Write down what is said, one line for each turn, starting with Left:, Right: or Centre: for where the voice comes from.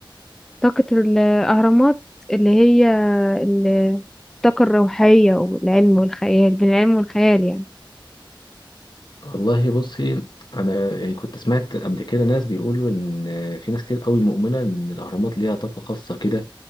Centre: طاقة الاهرامات اللي هي ال- الطاقة الروحية والعلم والخيال بين العلم والخيال يعني
Left: والله بصي انا يعني كنت سمعت قبل كده ناس بيقولوا ان في ناس كتير قوي مؤمنه ان الاهرامات ليها طاقه خاصه كده